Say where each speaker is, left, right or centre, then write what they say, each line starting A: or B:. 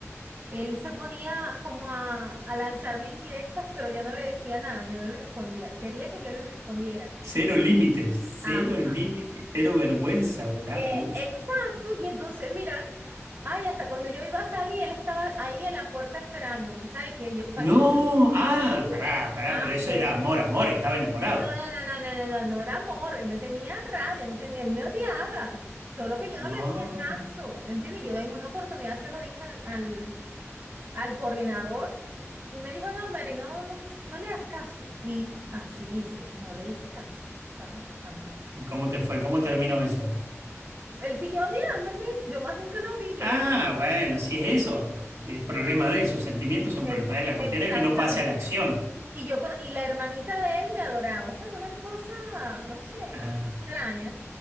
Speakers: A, on the right; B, on the right.
A: él se ponía como a, a lanzarme indirectas, pero yo no le decía nada, yo no le respondía. Él quería que yo le respondiera.
B: Cero límites,
A: Ajá.
B: cero límites, cero vergüenza, ¿verdad?
A: Eh,
B: Pucha.
A: exacto, y entonces mira, ay, hasta cuando yo iba a salir, él estaba ahí en la puerta esperándome, ¿sabe? Que yo, para
B: No,
A: que yo
B: ah,
A: salí.
B: pará, pará,
A: Ah,
B: pero eso
A: pues.
B: era amor, amor, estaba enamorado.
A: No, no, no, no, no, no, no, no era amor, él me tenía rabia, me tenía- él me odiaba, solo que yo no le
B: No.
A: hacía caso, ¿entiendes? Yo en una oportunidad se lo dije al, al, al coordinador y me dijo, no, Mary, no, no, no le hagas caso. Y así hice, no le hice caso, ¿sabes? Jamás.
B: ¿Y cómo te fue? ¿Cómo terminó eso?
A: Él siguió odiándome, yo más nunca lo vi, yo
B: Ah,
A: me
B: bueno, si es eso, es problema de él, sus sentimientos son
A: Ex-
B: problemas de él, la cuestión
A: exactamente.
B: es que no pase a la acción.
A: Y yo con- y la hermanita de él me adoraba, o sea, era una cosa, no sé,
B: Ah,
A: extraña.